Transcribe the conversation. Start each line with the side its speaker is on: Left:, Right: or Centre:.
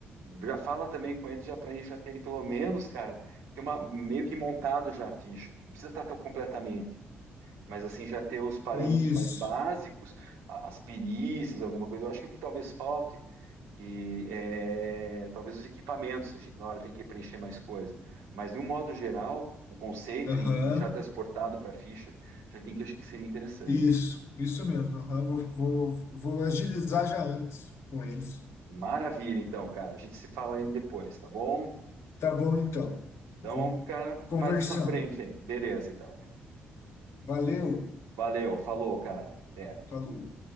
Right: já fala também com eles já para gente já terem pelo menos, cara, ter uma meio que montado já a ficha. Não precisa estar tão completamente, mas assim já ter os parâmetros
Left: Isso.
Right: mais básicos, a- as perícias, alguma coisa. Eu acho que o que talvez falte que é, talvez os equipamentos a gente na hora tem que preencher mais coisa, mas de um modo geral, o conceito
Left: Aham.
Right: e já transportado para a ficha já tem que acho que seria interessante.
Left: Isso. Isso mesmo. Aham. Vou, vou, vou agilizar já antes com eles.
Right: Maravilha, então, cara. A gente se fala aí depois, tá bom?
Left: Tá bom então.
Right: Então,
Left: Vou
Right: cara,
Left: conversando.
Right: faz essa frente aí. Beleza, então, man.
Left: Valeu.
Right: Valeu, falou, cara. Até.
Left: Falou.